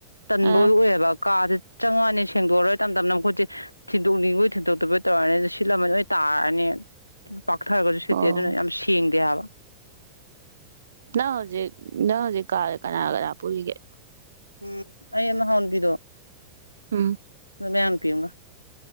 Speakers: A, on the left; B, on the right.
A: ꯇꯟꯕ
B: ꯑꯥ
A: ꯑꯣꯏꯌꯦꯕ ꯀꯥꯥꯁꯦ ꯆꯪꯉꯛꯅꯤ ꯁꯦꯡꯗꯣꯛꯑꯔꯣꯏ ꯇꯝ ꯇꯝꯅ ꯃꯈꯨꯠꯁꯦ ꯊꯤꯟꯗꯣꯛꯅꯤꯡꯕꯣꯏ ꯊꯤꯟꯗꯣꯛꯇꯕꯣꯏ ꯇꯧꯔꯅꯤ ꯁꯤꯠꯂꯝꯃꯅꯤ ꯂꯣꯏ ꯇꯥꯔꯛꯅꯤ ꯄꯥꯛꯊꯔꯒꯁꯨ ꯁꯤꯠꯇꯦ
B: ꯑꯣ
A: ꯑꯗꯨꯅ ꯌꯥꯝ ꯁꯦꯡꯗꯦ ꯍꯥꯏꯕ
B: ꯅꯪ ꯍꯧꯖꯤꯛ ꯅꯪ ꯍꯧꯖꯤꯛ ꯀꯥꯗ ꯀꯅꯥ ꯀꯅꯥ ꯄꯨꯜꯂꯤꯒꯦ
A: ꯎꯝ ꯑꯩ ꯑꯃ ꯍꯥꯎꯅꯨꯄꯤꯗꯣ
B: ꯎꯝ
A: ꯃꯌꯥꯡ ꯅꯨꯄꯤ ꯑꯃꯒ